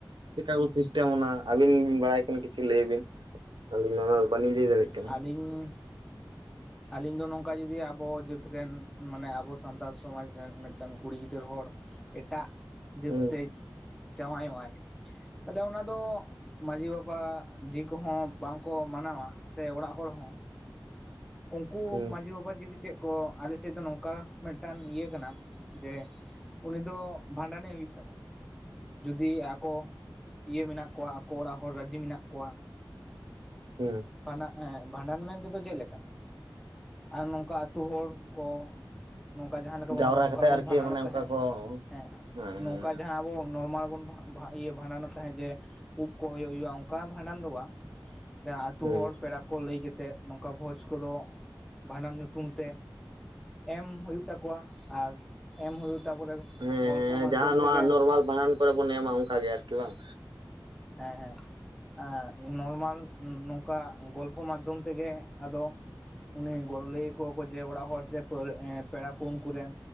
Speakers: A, on the right; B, in the centre.
A: ᱪᱮᱠᱟ ᱠᱚ ᱥᱤᱥᱴᱮᱢ ᱚᱱᱟ ᱟᱹᱵᱤᱱ ᱵᱤᱱ ᱵᱟᱲᱟᱭ ᱠᱟᱱᱟ ᱠᱤᱪᱷᱩ ᱞᱟᱹᱭ ᱵᱤᱱ ᱟᱹᱞᱤᱧ ᱢᱟ ᱚᱱᱟ ᱵᱟᱞᱤᱧ ᱞᱟᱹᱭ ᱫᱟᱲᱮᱭᱟᱜ ᱠᱟᱱᱟ?
B: ᱤᱧ ᱟᱹᱞᱤᱧ ᱫᱚ ᱱᱚᱝᱠᱟ ᱡᱩᱫᱤ ᱟᱵᱚ ᱡᱟᱹᱛ ᱨᱮᱱ ᱢᱟᱱᱮ ᱟᱵᱚᱼᱼ ᱥᱟᱱᱛᱟᱲ ᱥᱚᱢᱟᱡᱽ ᱨᱮᱱ ᱢᱤᱫᱴᱟᱝ ᱠᱩᱲᱤ ᱜᱤᱫᱟᱹᱨ ᱦᱚᱲ ᱮᱴᱟᱜ ᱡᱟᱹᱛ
A: ᱦᱩᱸ
B: ᱛᱮᱼᱼ ᱡᱟᱶᱟᱭ ᱚᱜ ᱟᱭ ᱛᱟᱦᱚᱞᱮ ᱚᱱᱟᱼᱼ ᱛᱚ ᱢᱟᱹᱡᱷᱤ ᱵᱟᱵᱟ ᱡᱤᱣᱤ ᱠᱚᱦᱚᱸ ᱵᱟᱝ ᱠᱚ ᱢᱟᱱᱟᱣᱟ ᱥᱮ ᱚᱲᱟᱜ ᱦᱚᱲ ᱦᱚᱸ ᱩᱱᱠᱩ
A: ᱦᱩᱸ
B: ᱢᱟᱹᱡᱷᱤ ᱵᱟᱵᱟ ᱡᱤ ᱠᱚ ᱪᱮᱫᱼᱼ ᱠᱚ ᱟᱞᱮᱥᱮᱫ ᱫᱚ ᱱᱚᱝᱠᱟ ᱢᱤᱫᱴᱟᱝ ᱤᱭᱟᱹ ᱠᱟᱱᱟ ᱡᱮ ᱩᱱᱤ ᱫᱚ ᱵᱷᱟᱸᱰᱟᱱᱮ ᱦᱩᱭᱩᱜᱼᱼ ᱡᱩᱫᱤ ᱟᱠᱚ ᱤᱭᱟᱹ ᱢᱮᱱᱟᱜ ᱠᱚᱣᱟ ᱟᱠᱚ ᱚᱲᱟᱜ ᱦᱚᱲ ᱨᱟᱹᱡᱤ ᱢᱮᱱᱟᱜ ᱠᱚᱣᱟ᱾
A: ᱦᱩᱸ᱾
B: ᱯᱟᱱᱟ ᱮᱸ᱾ ᱵᱷᱟᱸᱰᱟᱱ ᱢᱮᱱ ᱛᱮᱫᱚ ᱪᱮᱫ ᱞᱮᱠᱟ? ᱟᱨ ᱱᱚᱝᱠᱟ ᱟᱹᱛᱩ ᱦᱚᱲ ᱠᱚ ᱱᱚᱝᱠᱟ ᱡᱟᱦᱟᱸ ᱞᱮᱠᱟ ᱵᱚᱱ
A: ᱡᱟᱣᱨᱟ
B: ᱱᱚᱝᱠᱟ
A: ᱠᱟᱛᱮᱜ
B: ᱵᱚᱱ
A: ᱟᱨᱠᱤ
B: ᱵᱷᱟᱸᱰᱟᱱᱚᱜ
A: ᱢᱟᱱᱮ
B: ᱛᱟᱦᱮᱸᱫ
A: ᱚᱱᱠᱟ ᱠᱚ
B: ᱦᱮᱸ
A: ᱦᱮᱸ
B: ᱱᱚᱝᱠᱟ
A: ᱦᱮᱸ
B: ᱡᱟᱦᱟᱸ ᱟᱵᱚ ᱱᱚᱨᱢᱟᱞ ᱵᱚᱱ ᱵᱟᱷᱟ ᱵᱟᱦᱟ ᱤᱭᱟᱹ ᱵᱷᱟᱸᱰᱟᱱᱚᱜ ᱛᱟᱦᱮᱸᱫ ᱡᱮ ᱩᱵ ᱠᱚ ᱦᱩᱭᱩᱜᱼᱟ ᱚᱱᱠᱟ ᱵᱷᱟᱸᱰᱟᱱ ᱫᱚ ᱵᱟᱝ᱾ ᱡᱟ ᱟᱛᱩ
A: ᱦᱮᱸ
B: ᱦᱚᱲ ᱯᱮᱲᱟ ᱠᱚ ᱞᱟᱹᱭ ᱠᱟᱛᱮᱫ ᱱᱚᱝᱠᱟ ᱵᱷᱚᱡᱽ ᱠᱚᱫᱚ ᱵᱷᱟᱸᱰᱟᱱ ᱧᱩᱛᱩᱢ ᱛᱮ ᱮᱢ ᱦᱩᱭᱩᱜ ᱛᱟᱠᱚᱣᱟ ᱟᱨ ᱮᱢ ᱦᱩᱭᱩᱜ ᱛᱟᱯᱚᱨᱮ
A: ᱦᱮᱸ
B: ᱜᱚᱞᱯᱷᱚ ᱢᱟᱫᱽᱫᱷᱚᱢ
A: ᱡᱟᱦᱟᱸ ᱱᱚᱣᱟ
B: ᱛᱮᱜᱮ
A: ᱱᱚᱨᱢᱟᱞ ᱵᱷᱟᱸᱰᱟᱱ ᱠᱚᱨᱮ ᱵᱚᱱ ᱮᱢᱟ ᱚᱱᱠᱟ ᱜᱮ ᱟᱨᱠᱤ ᱵᱟᱝ?
B: ᱦᱮᱸ ᱦᱮᱸ᱾ ᱮᱸᱻ ᱱᱚᱨᱢᱟᱞ ᱱᱚᱝᱠᱟ ᱜᱚᱞᱯᱷᱚ ᱢᱟᱫᱽᱫᱷᱚᱢ ᱛᱮᱜᱮ ᱟᱫᱚ ᱩᱱᱤ ᱜᱚᱲᱚ ᱞᱟᱹᱭ ᱟᱠᱚᱣᱟ ᱠᱚ ᱡᱮ ᱚᱲᱟᱜ ᱦᱚᱲ ᱥᱮ ᱯᱟᱣᱨᱟᱹ ᱮᱸ ᱯᱮᱲᱟ ᱠᱚ ᱩᱱᱠᱩᱨᱮᱱ᱾